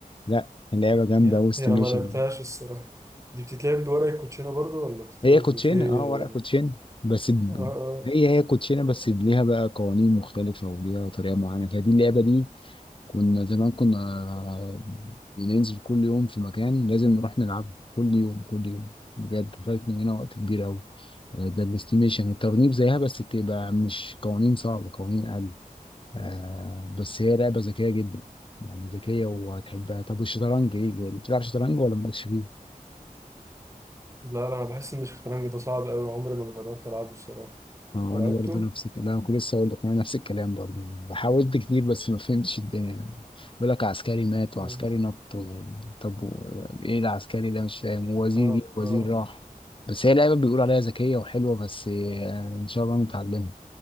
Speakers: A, on the left (about 35°); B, on the right (about 20°).
A: لا اللعبة جامدة
B: هي
A: واستيميشن
B: هي انا ما لعبتهاش الصراحة دي بتتلعب بورق الكوتشينة برضو ولا بتتلعب
A: هي كوتشينة
B: في
A: اه
B: آه
A: ورق كوتشينة بس ب...
B: آه. آه.
A: هي هي كوتشينة بس ليها بقى قوانين مختلفة وليها طريقة معينة فدي اللعبة دي كنا زمان كنا آه، بننزل كل يوم في مكان لازم نروح نلعبها كل يوم كل يوم بجد فايت من هنا وقت كبير أوي وده الاستيميشن الترنيب زيها بس تبقى مش قوانين صعبة قوانين أقل آه بس هي لعبة ذكية جدا يعني ذكية وهتحبها طب والشطرنج ايه بتلعب شطرنج ولا مالكش فيه؟
B: لا لا انا بحس ان الشطرنج ده صعب قوي عمري ما جربت العبه الصراحة
A: ما هو
B: أنت
A: انا
B: لعبته؟
A: برضو نفس الكلام انا كنت لسه اقول لك انا نفس الكلام برضو حاولت كتير بس ما فهمتش الدنيا يعني بيقول لك عسكري مات وعسكري
B: مم.
A: نط و... طب و... ايه العسكري ده مش فاهم ووزير
B: اه
A: جه وزير
B: آه.
A: راح بس هي لعبه بيقول عليها ذكيه وحلوه بس آه، ان شاء الله نتعلمها